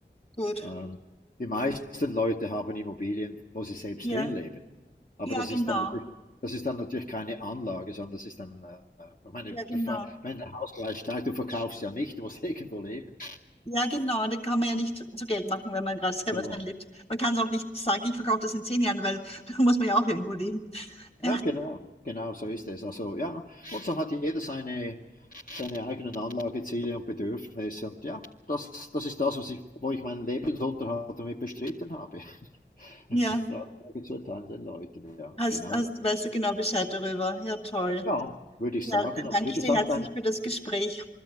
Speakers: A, on the left; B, on the left.
A: gut.
B: Ähm, die meisten Leute haben Immobilien, wo sie selbst
A: Ja,
B: drin leben. Aber
A: ja,
B: das
A: genau.
B: ist dann natürlich, das ist dann natürlich keine Anlage, sondern das ist dann, äh, ich meine,
A: Ja, genau.
B: du, ver- wenn der Hauspreis steigt, du verkaufst ja nicht, du musst <laughs> irgendwo leben.
A: Ja, genau. Und dann kann man ja nicht zu Geld machen, wenn man gerade selber
B: Genau.
A: drin lebt. Man kann es auch nicht sagen, ich verkaufe das in zehn Jahren, weil <laughs> da muss man ja auch irgendwo leben. Ja,
B: Ja, genau, genau, so ist es. Also ja, und so hat jeder seine, seine eigenen Anlageziele und Bedürfnisse. Und ja, das, das ist das, was ich, wo ich meinen Lebensunterhalt damit bestritten habe.
A: ja.
B: <laughs> Ratschläge zu erteilen den Leuten, ja,
A: Hast,
B: genau.
A: hast,
B: Und
A: weißt du genau Bescheid darüber. Ja, toll.
B: Ja, würde ich
A: Ja,
B: sagen. Und
A: danke
B: wie
A: ich
B: gesagt,
A: dir herzlich
B: ein
A: für das Gespräch.